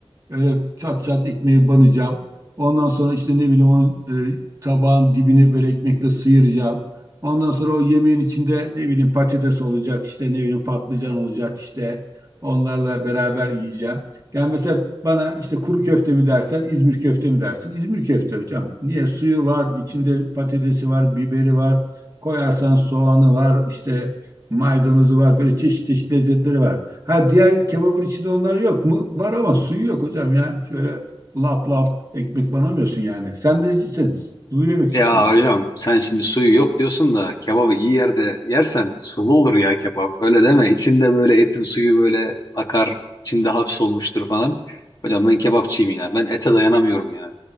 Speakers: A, on the right; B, on the left.
A: Öyle çat çat ekmeği banacağım. Ondan sonra işte ne bileyim onun e, tabağın dibini böyle ekmekle sıyıracağım. Ondan sonra o yemeğin içinde ne bileyim patates olacak işte ne bileyim patlıcan olacak işte onlarla beraber yiyeceğim. Yani mesela bana işte kuru köfte mi dersen İzmir köfte mi dersin? İzmir köfte hocam. Niye? Suyu var, içinde patatesi var, biberi var, koyarsan soğanı var, işte maydanozu var, böyle çeşit çeşit lezzetleri var. Ha diğer kebabın içinde onlar yok mu? Var ama suyu yok hocam ya. Şöyle lap lap ekmek banamıyorsun yani. Sendecisin. Sulu yemekçisin
B: Ya
A: sen.
B: hocam sen şimdi suyu yok diyorsun da kebabı iyi yerde yersen sulu olur ya kebap. Öyle deme. İçinde böyle etin suyu böyle akar, içinde hapsolmuştur falan. Hocam ben kebapçıyım ya. Ben ete dayanamıyorum ya.